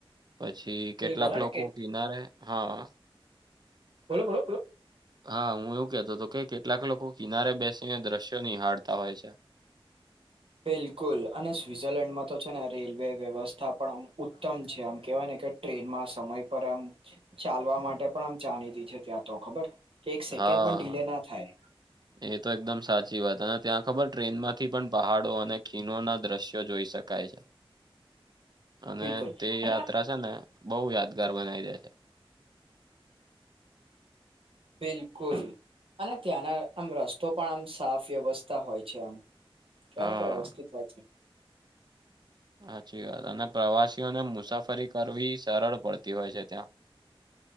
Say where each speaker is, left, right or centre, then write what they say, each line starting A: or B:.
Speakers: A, on the right; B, on the right.
A: પછી કેટલાક
B: બિલકુલ અને
A: લોકો
B: કે
A: કીનારે હા
B: બોલો બોલો <inaudible>
A: હા, હું એવું કેતો હતો કે કેટલાક લોકો કિનારે બેસીને દ્રશ્યો નિહહાળતા હોય છે.
B: બિલકુલ અને સ્વિઝરલેન્ડમાં તો છે ને રેલવે વ્યવસ્થા પણ આમ ઉત્તમ છે, આમ કહેવાય ને કે ટ્રેનમાં સમય પર આમ ચાલવા માટે પણ આમ જાણી દી છે, ત્યાં તો ખબર? કે એક સેકન્ડ
A: હા
B: પણ ડીલે ના થાય.
A: એ તો એકદમ સાચી વાત અને ત્યાં ખબર ટ્રેનમાંથી પણ પહાડો અને ખીણ ના દ્રશ્યો જોઈ શકાય છે. અને
B: બિલકુલ
A: તે
B: અને
A: યાત્રા છે ને બહ યાદગાર બનાવી દે છે.
B: બિલકુલ અને ત્યાંના આમ રસ્તો પણ આમ સાફ વ્યવસ્થા હોય છે આમ. કેયા
A: હા
B: ને કે વ્યવસ્થિત વાય છે.
A: સાચી વાત અને પ્રવાસીઓને મુસાફરી કરવી સરળ પડતી હોય છે ત્યાં.